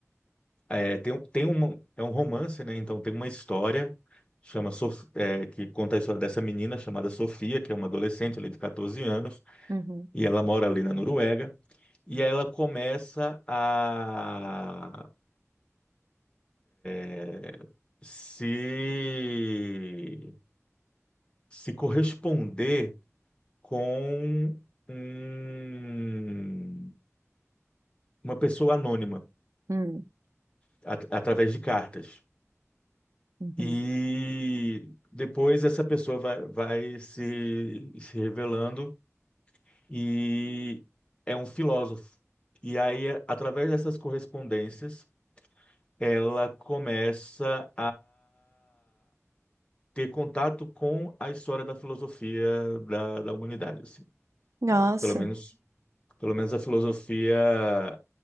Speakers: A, on the left (about 20°); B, on the right (about 75°).
A: é, tem, um, tem uma, é um romance, né? Então tem uma história chama Sof- é, que conta a história dessa menina chamada Sofia, que é uma adolescente ali de 14 anos,
B: Uhum,
A: e ela mora ali na Noruega. E ela começa a é, se, se corresponder com um- uma pessoa anônima
B: uhum,
A: at- através de cartas.
B: uhum.
A: E depois essa pessoa vai, vai se, se revelando e é um filósofo. E aí, através dessas correspondências, ela começa ter contato com a história da filosofia da, da humanidade, assim.
B: Nossa.
A: Pelo menos, pelo menos a filosofia